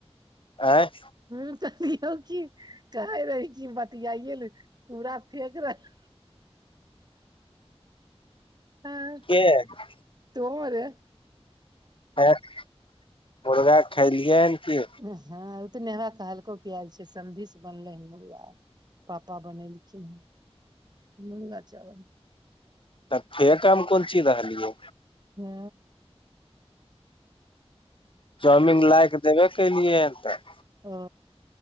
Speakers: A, on the left; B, on the right.
A: आँय।
B: हुं त कि कहु की कहे रही छी बतियाइए ले पूरा फेेक रह आँय,
A: के
B: तो रे।
A: और, मुर्गा खेलियै की?
B: हँ ओ तऽ नेहा कहलको कि आज जे छै सब्जी से बनलै हन मुलगा। पप्पा बनेलखीन, मुर्गा चावल।
A: तऽ फेक हम कोन चीज रहलियै।
B: हँ।
A: चाउमिन लाय कऽ देबे केलियै ह तऽ।
B: ओ।